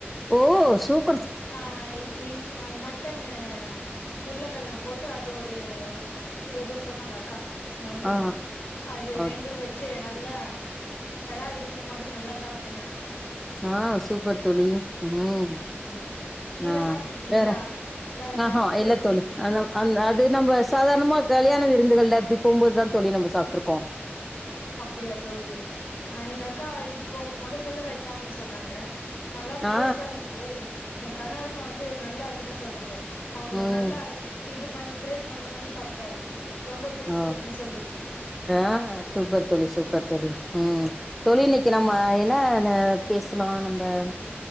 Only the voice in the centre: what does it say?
ஓ சூப்
ஆ
ஓகே
ஆ சூப்பர் தோழி ம்
ஆ
வேற
ஆஹ
இல்லத்தோழி
அதாம் அந்த அது நம்ம சாதாரணமா கல்யாண விருந்துகள்ல அப்படி போம்போதுதா தோழி நம்ம சாப்ட்டு இருக்கோ
ஆ
ம்
ஆ
ஆ சூப்பர் தோழி சூப்பர் தோழி ம் தோழி
இன்னைக்கு நம்ம என்னானு பேசலா நம்ப